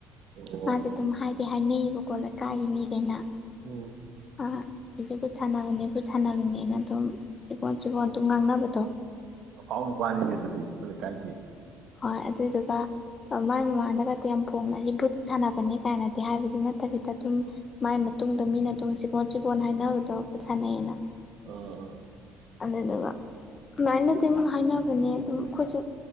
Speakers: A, on the right (about 60°); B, on the left (about 35°).
A: ꯑꯣ
B: ꯃꯥꯖꯦ ꯗꯨꯝ ꯍꯥꯏ ꯗꯤ ꯍꯥꯏꯅꯩꯌꯦꯕꯀꯣ ꯂꯩꯀꯥꯏꯒꯤ ꯃꯤꯈꯩꯅ
A: ꯎꯝ
B: ꯑꯥ ꯃꯁꯤ ꯕꯨꯠ ꯁꯥꯟꯅꯕꯅꯦ ꯕꯨꯠ ꯁꯥꯟꯅꯕꯅꯦꯅ ꯑꯗꯨꯝ ꯆꯤꯕꯣꯟ ꯆꯤꯕꯣꯟ ꯑꯗꯨꯝ ꯉꯥꯡꯅꯕꯗꯣ
A: ꯑꯐꯥꯎꯕ ꯅꯨꯄꯥꯅꯤꯅꯦ ꯑꯗꯨꯗꯤ ꯂꯩꯀꯥꯏꯒꯤ
B: ꯍꯣꯏ ꯑꯗꯨꯗꯨꯒ ꯃꯥꯏ ꯃꯃꯥꯡꯗꯒꯗꯤ ꯌꯥꯝ ꯐꯣꯡꯅ ꯁꯤ ꯕꯨꯠ ꯁꯥꯟꯅꯕꯅꯤ ꯀꯥꯏꯅꯗꯤ ꯍꯥꯏꯕꯗꯤ ꯅꯠꯇꯕꯤꯗ ꯑꯗꯨꯝ ꯃꯥꯏ ꯃꯇꯨꯡꯗ ꯃꯤꯅ ꯑꯗꯨꯝ ꯆꯤꯕꯣꯟ ꯆꯤꯕꯣꯟ ꯍꯥꯏꯅꯕꯗꯣ ꯕꯨꯠ ꯁꯥꯟꯅꯩꯑꯦꯅ
A: ꯑꯥ ꯑꯥ
B: ꯑꯗꯨꯗꯨꯒ ꯑꯗꯨꯃꯥꯏꯅ ꯑꯗꯨꯝ ꯍꯥꯏꯅꯕꯅꯦ ꯑꯗꯨꯝ ꯑꯩꯈꯣꯏꯁꯨ